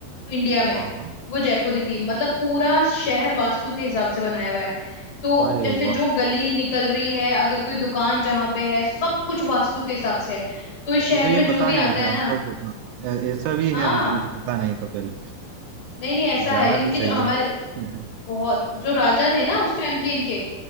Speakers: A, on the left (about 35°); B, on the right (about 85°).
A: इंडिया में
B: हाँ हाँ
A: वो जयपुर ही थी मतलब पूरा शहर वास्तु के हिसाब से बनाया हुआ है तो
B: अरे
A: जैसे
B: वाह
A: जो गली निकल रही है अगर कोई दुकान जहाँ पे है सब कुछ वास्तु के हिसाब से है तो इस शहर
B: मुझे ये
A: में जो
B: पता
A: भी
B: नहीं
A: आता
B: था
A: है ना
B: मतलब अ, ऐसा भी
A: हाँ
B: है मतलब मुझे पता नहीं था पहले
A: नहीं नहीं ऐसा
B: तो जाना
A: है इनके
B: तो चाहिए
A: जो हमारे
B: <laughs>
A: बहुत जो राजा थे ना उस टाइम के इनके